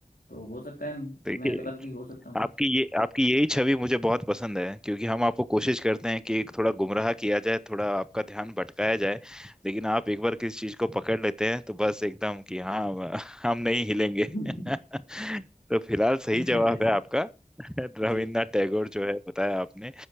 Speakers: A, on the left; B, in the centre.
A: तो हो सकता है मैं
B: देखिए
A: गलत भी हो सकता हूँ
B: आपकी ये आपकी यही छवि मुझे बहुत पसंद है क्योंकि हम आपको कोशिश
A: जी
B: करते हैं कि थोड़ा गुमराह किया जाए थोड़ा आपका ध्यान भटकाया जाए लेकिन आप एक बार किसी चीज को पकड़ लेते हैं तो बस एकदम कि हाँ <laughs> हम हम नहीं हिलेंगे
A: <laughs>
B: <laughs> तो फिलहाल सही
A: अरे
B: जवाब
A: नहीं सर
B: है आपका <laughs> रविन्द्रनाथ
A: जी
B: टैगोर जो है बताया आपने